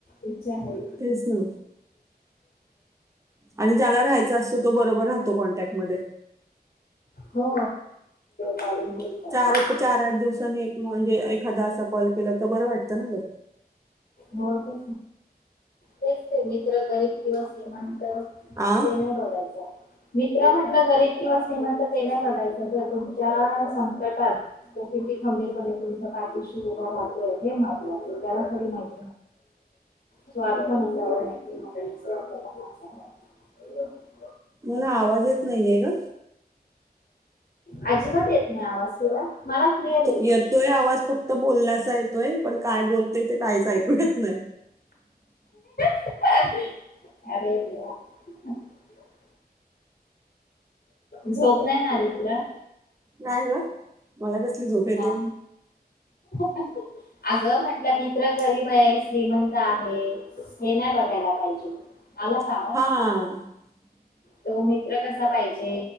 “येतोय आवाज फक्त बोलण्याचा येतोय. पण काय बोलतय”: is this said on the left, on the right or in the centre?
Right